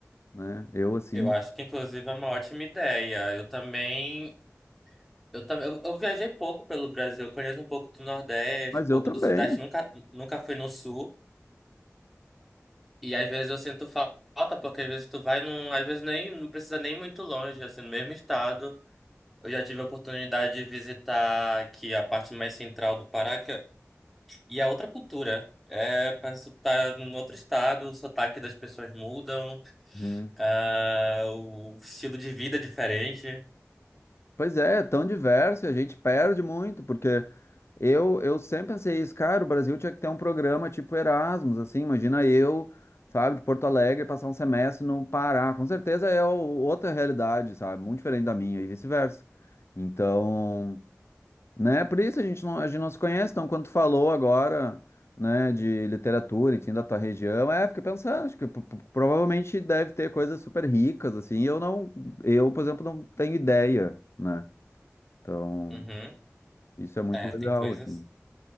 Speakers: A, on the left (about 55°); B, in the centre.
A: né? Eu assim,
B: Eu
A: do-
B: acho que inclusive é uma ótima ideia. Eu também. Eu, também, eu, eu viajei pouco pelo Brasil, eu conheço um pouco do Nordeste,
A: mas
B: um pouco
A: eu também.
B: do Sudeste, nunca, nunca fui no Sul. E às vezes eu sinto falta, porque às vezes tu vai num. Às vezes nem não precisa nem muito longe, assim, no mesmo estado. Eu já tive a oportunidade de visitar aqui a parte mais central do Pará, E é outra cultura. É, parece que tu tá em outro estado, o sotaque das pessoas mudam,
A: Uhum.
B: ah, o estilo de vida é diferente.
A: Pois é, é tão diverso e a gente perde muito, porque eu, eu sempre pensei isso, cara, o Brasil tinha que ter um programa tipo Erasmus, assim, imagina eu, sabe, de Porto Alegre passar um semestre no Pará. Com certeza é o- outra realidade, sabe? Muito diferente da minha e vice-versa. Então, Né? Por isso a gente não, a gente não se conhece, então quando tu falou agora, né, de literatura, enfim, da tua região, é, fiquei pensando, acho que p- p- provavelmente deve ter coisas super ricas, assim, e eu não, eu, por exemplo, não tenho ideia, né? Então,
B: Uhum.
A: isso é muito
B: É,
A: legal,
B: tem coisas.
A: assim.